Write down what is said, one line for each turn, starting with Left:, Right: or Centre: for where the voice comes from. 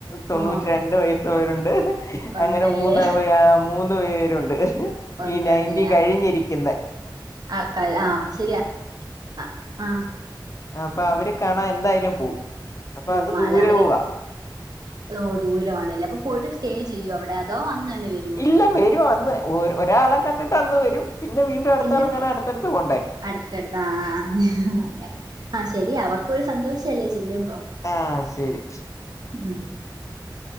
Left: തൊണ്ണൂറ്റി
Right: ഓ
Left: രണ്ട് വയസായവരുണ്ട്
Right: കൊണ്ടല്ലേ
Left: അങ്ങനെ മൂന്ന് മൂന്ന് പേരുണ്ട്
Right: കൊണ്ടല്ലേ
Left: ഈ നയന്റി കഴിഞ്ഞിരിക്കുന്നെ
Right: ആ വി അപ്പൊ ശരിയാ ആഹ് ആ
Left: അപ്പൊ അവര് കാണാ എന്തായാലും പോവും അപ്പൊ
Right: പൂമാല
Left: അത് ദൂരെ
Right: അവരെ
Left: പോവാ
Right: ഓ ദൂരമാണല്ലേ അപ്പൊ പോയിട്ട് സ്റ്റേ ചെയ്യൂ അവിടെ അതോ അന്ന് തന്നെ വര്
Left: ഇല്ല വരും അന്ന് ഒ ഒരാളെ കണ്ടിട്ട് അന്ന് വരും. പിന്നെ വീണ്ടും അടുത്ത
Right: പിന്നെപപ്പെ
Left: ആളെ കാണാൻ അടുത്തടുത്ത് പോണ്ടേ
Right: അടുത്തടുത്ത് ആ ആ അങ്ങനെഹ് ആഹ് ശരിയ അവർക്കൊരു സന്തോഷല്ലേ ചെല്ലുമ്പൊ.
Left: ആഹ് ശരി
Right: ഉം